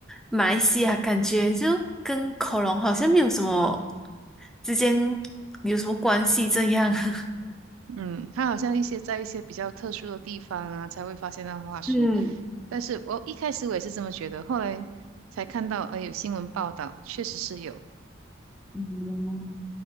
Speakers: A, in the centre; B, on the right.
A: 马来西亚感觉就跟恐龙好像没有什么之间有什么关系这样。<laughs>
B: 嗯，它好像一些在一些比较特殊的地方啊，才会发现到化石。
A: 嗯，
B: 但是我一开始我也是这么觉得，后来才看到，呃，有新闻报道，确实是有。
A: 嗯，